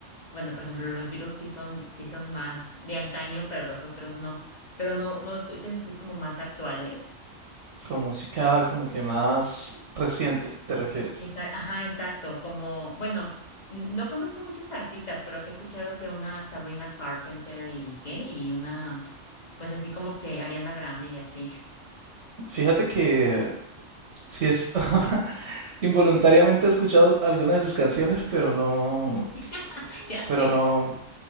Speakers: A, on the left; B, on the right.
A: bueno, por ejemplo, los Beatles sí son, sí son más de antaño, pero los otros no. Pero no, no escuchas así como más actuales.
B: con música como que más reciente, ¿te refieres?
A: Exa- ajá, exacto. Como, bueno, n- no conozco muchos artistas, pero que he escuchado que una Sabrina Carpenter y qué, y una, pues así como que Ariana Grande y así.
B: Fíjate que sí es <laughs> involuntariamente he escuchado algunas de sus canciones, pero no,
A: <laughs> Ya sé.
B: pero no,